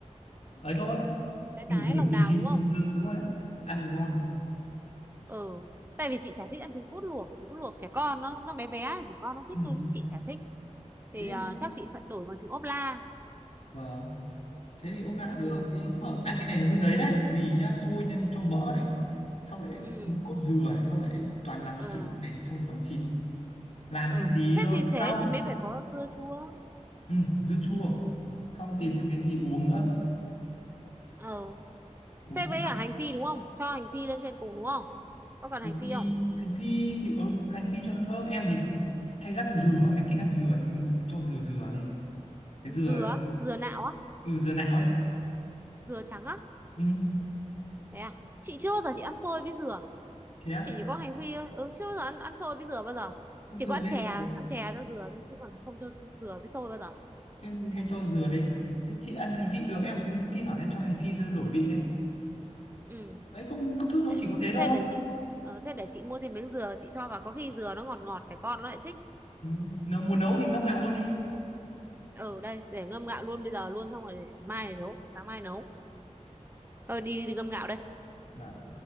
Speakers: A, on the left; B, on the right.
A: ấy thôi
B: tái tái
A: nửa nửa
B: lòng
A: chín
B: đào
A: chín
B: đúng không
A: ừ, đúng rồi đấy ăn thì ngon
B: ừ tại vì chị chả thích ăn trứng cút luộc trứng cút luộc trẻ con nó nó bé bé trẻ con nó thích
A: ừ.
B: thôi chứ chị chả thích thì
A: thế
B: ờ, chắc chị phải đổi bằng trứng ốp la
A: vâng thế thì ốp la
B: ừ
A: được thế nhưng mà ăn cái này hơi ngấy đấy vì nhá sôi nhá cho mỡ này xong lại
B: ừ
A: nước cốt dừa này xong lại toàn lạp
B: ừ
A: xưởng này xong toàn thịt làm
B: ừ
A: thêm tí
B: thế
A: ờ,
B: thì thế
A: rau
B: thì mới phải có dưa chua
A: ừ, dưa chua xong tìm
B: ừ
A: thêm cái gì uống nữa
B: ờ
A: uống
B: thế
A: cũng
B: với cả hành phi đúng không cho hành phi lên trên cùng đúng không có cần
A: hành
B: hành phi
A: phi
B: không
A: hành phi thì ừ, hành phi cho nó thơm em thì hay rắc dừa em thích ăn dừa nên em cho dừa dừa lên cái
B: dừa
A: dừa
B: dừa nạo á
A: ừ, dừa nạo ấy
B: dừa trắng á
A: ừ.
B: thế à chị chưa bao giờ chị ăn xôi với dừa
A: thế á
B: chị chỉ có hành phi thôi ừ chứ giờ ăn ăn xôi với dừa bao giờ
A: cho
B: chỉ có
A: dừa
B: ăn
A: lên
B: chè ăn
A: được.
B: chè cho dừa thôi chứ còn không cho dừa với xôi bao giờ
A: em hay cho dừa lên thế chị ăn hành phi được em cũng thi thoảng em cho hành phi đổi vị ấy.
B: ừ
A: đấy công công thức nó
B: thế,
A: chỉ có thế thôi
B: thế để chị ờ, thế để chị mua thêm miếng dừa chị cho vào có khi dừa nó ngọt ngọt trẻ con nó lại thích
A: ừ. nếu muốn nấu thì ngâm gạo luôn đi
B: ừ đây để ngâm gạo luôn bây giờ luôn xong rồi để mai nấu sáng mai nấu tôi đi, đi ngâm gạo đây
A: Vâng.